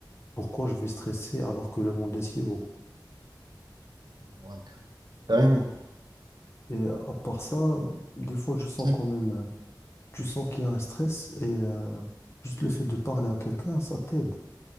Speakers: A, on the left; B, on the right.
A: pourquoi je vais stresser alors que le monde est si beau?
B: Ouais, car- carrément.
A: Et à part ça, des fois, je sens
B: Ouais,
A: quand même, euh, tu sens qu'il y a un stress et euh, juste le fait de parler à quelqu'un, ça t'aide.